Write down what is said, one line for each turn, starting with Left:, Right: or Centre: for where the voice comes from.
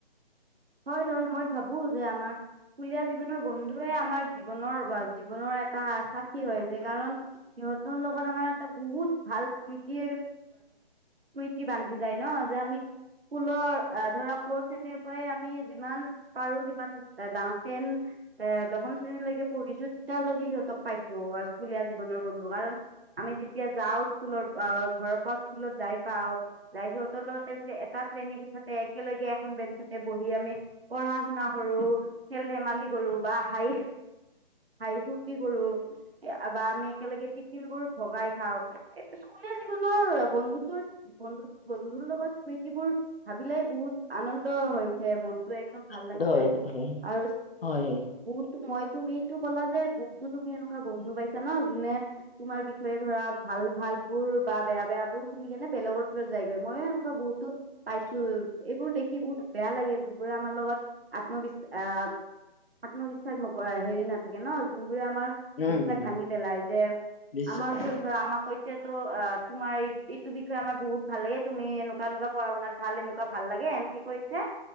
Right: হয়-হয় মই ভাবো যে আমাৰ স্কুলীয়া জীৱনৰ বন্ধুৱে আমাৰ জীৱনৰ জীৱনৰ এটা আচাকি হয় যে কাৰণ সিহঁতৰ লগত আমাৰ এটা বহুত ভাল স্মৃতি স্মৃতি বান্ধি যায় ন' যে স্কুলৰ ধৰা ক' শ্ৰেণীৰ পৰাই আমি আমি যিমান পাৰো সিমান ডাওঁতেন এ, দশম শ্ৰেণীলৈকে পঢ়িছো তেতিয়ালৈকে সিহঁতক পাইছো স্কুলীয়া জীৱনৰ বন্ধু কাৰণ আমি যেতিয়া যাওঁ স্কুলৰ প ঘৰৰ পৰা স্কুলত যাই পাও। লাইক সিহঁতৰ লগতে যেতিয়া এটা শ্ৰেণী উঠাতে একেলগে এখন বেঞ্চতে বহি আমি পঢ়া শুনা কৰো, খেল ধেমালি কৰো বা হাই হাহি ফূৰ্তি কৰো বা আমি একেলগে টিফিন বোৰ ভগাই খাও এ, স্কুলিয়া জীৱনৰ বন্ধুতৰ বন্ধু-বন্ধুৰ লগত স্মৃতিবোৰ ভাবিলেই বহুত আনন্দ হৈ উঠে মন তো একদম ভাল
Left: হয়
Right: লাগি যায়
Left: হয়
Right: আৰু
Left: হয়
Right: বহুতো মই তুমিতো ক'লা যে বহুতো তুমি এনেকুৱা বন্ধু পাইছা ন' যোনে তোমাৰ বিষয়ে ধৰা ভাল ভালবোৰ বা বেয়া বেয়াবোৰ শুনি কেনে বেলেগৰ ওচৰত যায়গৈ, ময়ো এনেকুৱা বহুতো পাইছোঁ, এইবোৰ দেখি বহুত বেয়া লাগে যোনবোৰে আমাৰ লগত আত্মবিশ্বা আ আত্মবিশ্বাস নকৰা হেৰি নাথাকে ন' যোনবোৰে আমাৰ
Left: উম
Right: বিশ্বাস
Left: উম
Right: ভাঙি পেলাই যে
Left: নিশ্চয়
Right: আমাৰ ওচৰত ধৰা আমাক কৈছে ত' আ, তোমাৰ এই এইটো বিষয়ে আমাৰ বহুত ভাল লাগে, তুমি এনেকুৱা এনেকুৱা পঢ়া শুনাত ভাল এনেকুৱা ভাল লাগে এনকে কৈ <unintelligible>